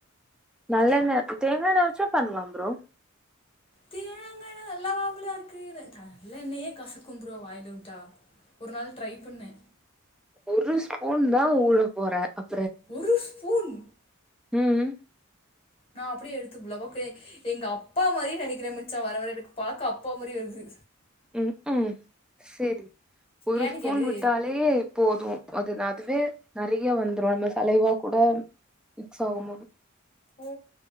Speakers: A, in the centre; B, on the left (about 25°).
A: நல்லெண்ண தேங்கா எண்ண வச்சே பண்லா ப்ரோ
B: தேங்கா எண்ண நல்லாவாபுல இருக்கு நல்ல எண்ணயே கசக்கு ப்ரோ வாய்ல உட்டா ஒரு நாள் ட்ரை பண்ணு
A: ஒரு ஸ்பூன் தா ஊல போறே அப்
B: ஒரு ஸ்பூன்
A: ம்
B: நா அப்படியே எடுத்து புள் லவக்கே எங்க அப்பா மாறின் நெனக்கிற மச்சா வர வர எனக்கு பாக்க அப்பா மாரி வருது
A: ம்கும் செரி ஒரு
B: ஏன்னு
A: ஸ்பூன்
B: கேளு
A: விட்டாலே போது அது அதுவே நெறைய வந்துரு நம்ம சலய்வா கூட மிக்ஸ் ஆகும் போது
B: ஓ